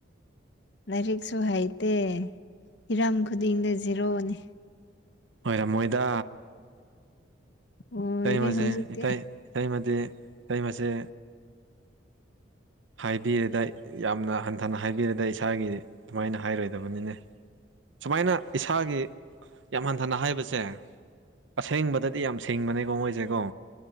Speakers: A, on the left; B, on the right.
A: ꯂꯥꯏꯔꯤꯛꯁꯨ ꯍꯩꯇꯦ ꯍꯤꯔꯝ ꯈꯨꯗꯤꯡꯗ ꯖꯤꯔꯛꯑꯣꯅꯦ
B: ꯍꯣꯏ ꯔꯃꯣꯏꯗ
A: ꯑꯣꯏꯔꯦ
B: ꯏꯇꯩꯃꯁꯦ
A: ꯍꯧꯖꯤꯛꯇꯤ
B: ꯏꯇꯩ ꯏꯇꯩꯃꯗꯤ ꯏꯇꯩꯃꯁꯦ ꯍꯥꯏꯕꯤꯔꯦꯗ ꯌꯥꯝꯅ ꯍꯟꯊꯅ ꯍꯥꯏꯕꯤꯔꯦꯗ ꯏꯁꯥꯒꯤ ꯑꯗꯨꯃꯥꯏꯅ ꯍꯥꯏꯔꯣꯏꯗꯕꯅꯤꯅꯦ ꯁꯨꯃꯥꯏꯅ ꯏꯁꯥꯒꯤ ꯌꯥꯝ ꯍꯟꯊꯅ ꯍꯥꯏꯕꯁꯦ ꯑꯁꯦꯡꯕꯗꯗꯤ ꯌꯥꯝ ꯁꯦꯡꯕꯅꯦꯀꯣ ꯃꯣꯏꯁꯦꯀꯣ